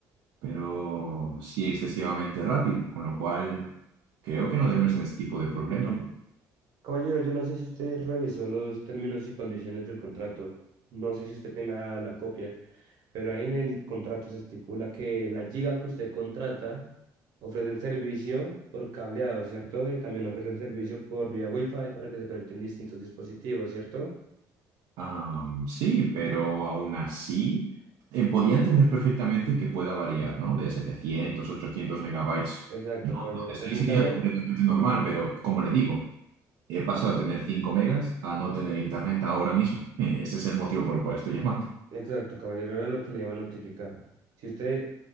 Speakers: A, on the right; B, on the right.
A: pero sí excesivamente rápido, con lo cual creo que no debemos tener este tipo de problemas. No.
B: Caballero, yo no sé si usted revisó los términos y condiciones del contrato. No sé si usted tenga la copia, pero ahí en el contrato se estipula que la giga que usted contrata ofrece el servicio por cableado, ¿cierto? Y también ofrece el servicio por vía Wi-Fi para que se conecten distintos dispositivos, ¿cierto?
A: Am, sí, pero aún así eh, podía entender perfectamente que pueda variar, ¿no? De 700 800 megabytes.
B: Exacto, caballero.
A: Entonces,
B: Permítame,
A: ahí sería completamente normal, pero como le digo, he pasado a tener 5 megas a no tener internet ahora mismo. <laughs> Ese es el motivo por el cual estoy llamando.
B: Exacto, caballero, era lo que le iba a notificar. Si usted